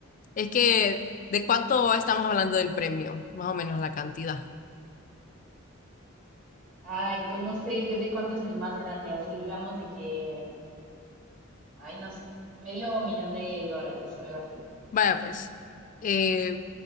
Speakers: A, on the left (about 40°); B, on the right (about 40°).
A: es que ¿de cuánto estamos hablando del premio? Más o menos la cantidad.
B: Ay, pues no sé de cuánto es el más grande, así digamos de que, ay, no sé, medio millón de dólares o algo así.
A: Vaya, pues, eh,